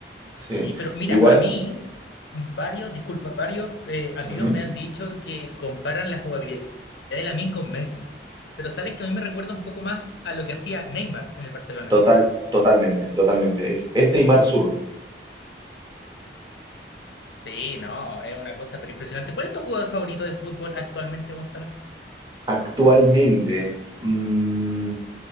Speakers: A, on the right; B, on the left.
A: Sí,
B: Sí, pero mira,
A: igual,
B: a mí, varios, disculpa, varios eh, amigos
A: ujú,
B: me han dicho que comparan la jugabilidad de Lamine con Messi. Pero sabes que a mí me recuerda un poco más a lo que hacía Neymar en el Barcelona.
A: total, totalmente, totalmente. Es, es Neymar zurdo.
B: Sí, no, es una cosa pero impresionante. ¿Cuál es tu jugador favorito de fútbol actualmente, Gonzalo?
A: Actualmente, mm,